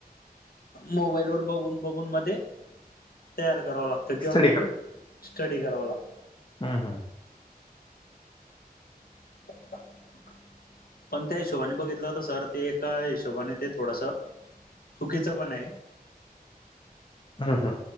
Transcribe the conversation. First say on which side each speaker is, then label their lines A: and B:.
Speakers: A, on the left; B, on the left.
A: मोबाईल वर बघून बघून म ते तयार कराव लागतं तर किंवा
B: स्टडी
A: काही स्टडी करावं लागतं
B: हू हू
A: <inaudible> पण त्या हिशोबाने बघितलं तर सर ते एका हिशोबाने ते थोडस चुकीचं पण आहे
B: हा हा